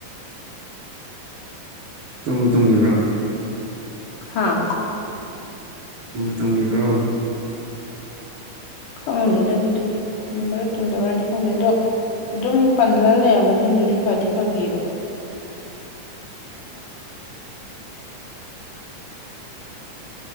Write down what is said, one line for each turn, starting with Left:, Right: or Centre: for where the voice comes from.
Right: ꯇꯨꯝꯕꯨ ꯇꯨꯝꯒꯤꯕ꯭ꯔꯣ
Left: ꯍꯥꯥ
Right: ꯇꯨꯝꯕꯨ ꯇꯨꯝꯒꯤꯕ꯭ꯔꯣ
Left: ꯈꯪꯗꯦꯗ ꯑꯗꯨꯗꯤ ꯇꯨꯝꯕ꯭ꯔꯥ ꯇꯨꯝꯗꯕ꯭ꯔꯗꯤ ꯈꯪꯗꯦ ꯑꯗꯣ ꯑꯗꯨꯝ ꯄꯜꯂꯒ ꯂꯩꯔꯝꯕꯁꯤꯡꯗꯨꯗꯤ ꯐꯗꯤ ꯐꯒꯤꯕ